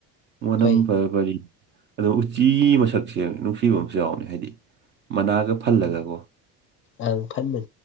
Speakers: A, on the right; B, on the left.
A: ꯃꯅ
B: ꯐꯩ
A: ꯐ ꯑꯗꯨꯝ ꯎꯆꯤ ꯃꯁꯛ ꯁꯦꯡ ꯅꯨꯡꯁꯤꯕ ꯑꯃꯁꯨ ꯌꯥꯎꯅꯤ ꯍꯥꯏꯗꯤ ꯃꯅꯥꯒ ꯐꯜꯂꯒꯀꯣ
B: ꯑꯪ ꯐꯝꯅꯤ